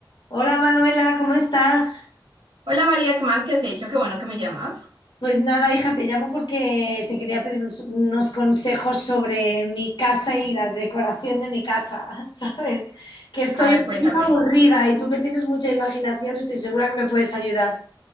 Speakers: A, on the left (about 65°); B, on the right (about 70°).
A: Hola Manuela, ¿cómo estás?
B: Hola María, ¿qué más? ¿Qué has hecho? Qué bueno que me llamas.
A: Pues nada, hija, te llamo porque te quería pedir unos, unos consejos sobre mi casa y la decoración de mi casa, <laughs> ¿sabes? Que estoy
B: A ver,
A: un
B: cuéntame.
A: poquito aburrida y tú que tienes mucha imaginación, estoy segura que me puedes ayudar.